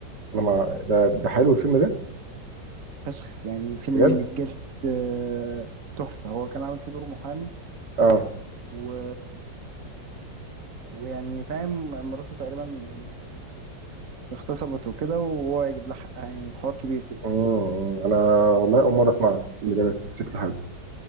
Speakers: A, on the right; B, on the right.
A: انا ما ده ده حلو الفيلم ده
B: فشخ يعني فيلم
A: بجد
B: بجد آه، تحفة هو كان عامل فيه دور محامي
A: اه
B: و... ويعني فاهم مراته تقريبا يعني اغتصبت وكده وهو يجيب لها حقها يعني حوار كبير كده
A: امم انا والله اول مره اسمع الفيلم ده بس شكله حلو